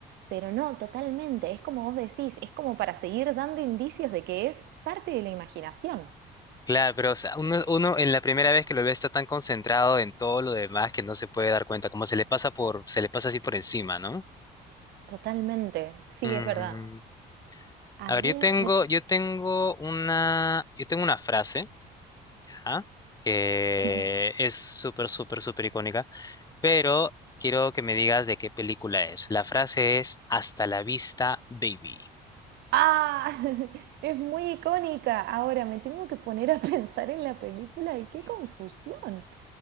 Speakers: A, on the right (about 80°); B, on the left (about 20°).
A: pero no, totalmente, es como vos decís, es como para seguir dando indicios de que es parte de la imaginación,
B: Claro, pero o sea, uno, uno en la primera vez que lo ve está tan concentrado en todo lo demás que no se puede dar cuenta, como se le pasa por, se le pasa así por encima, ¿no?
A: totalmente, sí,
B: Mm,
A: es verdad.
B: A
A: A
B: ver,
A: ver,
B: yo tengo,
A: me...
B: yo tengo una, yo tengo una frase, ajá, que
A: Ujú.
B: es súper, súper, súper icónica, pero quiero que me digas de qué película es. La frase es Hasta la vista, baby.
A: Ah, <laughs> es muy icónica. Ahora me tengo que poner a <laughs> pensar en la película y qué confusión.